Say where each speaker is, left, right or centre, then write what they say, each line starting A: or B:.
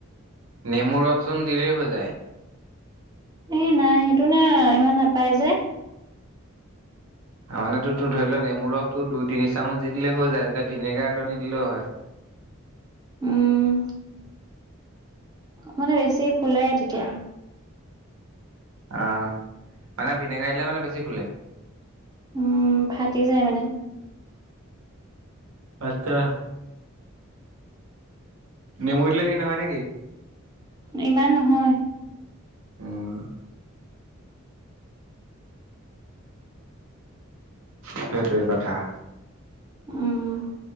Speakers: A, on the right; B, on the right.
A: নেমু ৰসচোন দিলেই হৈ যায়।
B: এ, নাই সেইটো মানে ইমান নাপায় যে।
A: মানে তো, ধৰি ল, নেমুৰ ৰসতো দুই, তিনি, চামুচ দি দিলে হৈ যায়, তেতিয়া ভিনেগাৰ এটা নিদিলেও হয়।
B: উম, মানে বেছি ফুলে তেতিয়া।
A: অ, মানে ভিনেগাৰ দিলে মানে বেছি ফুলে।
B: উম, ফাটি যায় মানে।
A: বাদ দে নেমু দিলে, হেই নহয় নে নেকি?
B: ইমান, নহয়।
A: উম, সেইটোৱেই কথা।
B: উম,